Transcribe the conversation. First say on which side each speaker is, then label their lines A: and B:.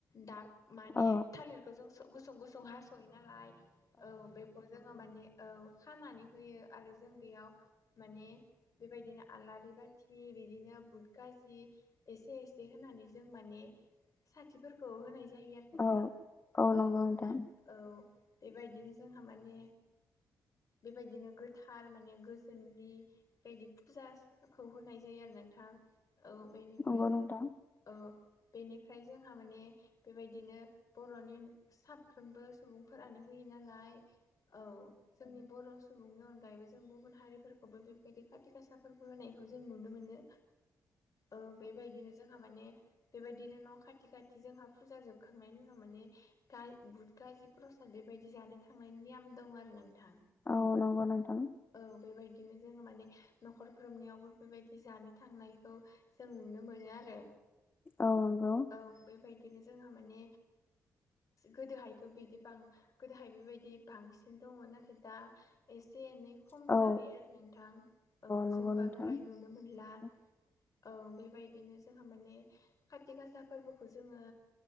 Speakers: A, on the left; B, on the left.
A: दाब माने
B: औ
A: थालिरखौ जों गुसुं गुसुं हासयो नालाय औ बेखौ जोंङो माने औ खानानै होयो आरो जों बेयाव माने बेबायदिनो आलारि बाथि बिदिनो बुट गाजि एसे एसे होनानै जों माने साथिफोरखौ होनाय जायो आरो नोंथां
B: औ
A: औ
B: नंगौ नोंथां
A: मोना औ बेबायदिनो जोंहा माने बेबायदिनो गोथार माने गोजोननि बेबादि फुजाखौ होनाय जायो आरो। नोंथां औ बेनिफ्राय
B: नंगौ
A: जे
B: नोंथां
A: औ बेनिफ्राय जोंहा माने बेबायदिनो बर'नि साफ्रोमबो सुबुंफोरानो होयो। नालाय औ जोंनि बर' सु सुबुंनि अनगायैबो जों गुबुन हारिफोरखौबो बेबायदि खाथि गासा फोरबो होनायखौ जों नुनो मोनो। औ बेबायदिनो जोंहा माने बेबायदिनो न खाथि खाथि जोंहा फुजा जोबखांनायनि उनाव माने गा बुदगाजि प्रसाद बेबायदि जानो थांनायनि नियम दं आरो नोंथां।
B: औ नंगौ नोंथां।
A: औ बेबायदिनो जोंङो माने न'खरफ्रोमनियावबो बेबायदि जानो थांनायखौ जों नुनो मोनो आरो।
B: औ नंगौ
A: औ बेबायदिनो जोंहा माने गोदोहायथ बिदि बां गोदोहाय बेबायदि बांसिन दङ नाथाय दा एसे एनै खम
B: औ
A: जाबाय आरो नोंथां औ
B: नंगौ
A: जों
B: नोंथां
A: बांद्राय नुनो मोनला।
B: <inaudible>
A: औ बेबायदिनो जोंहा माने खाथि गासा फोरबोखौ जोंङो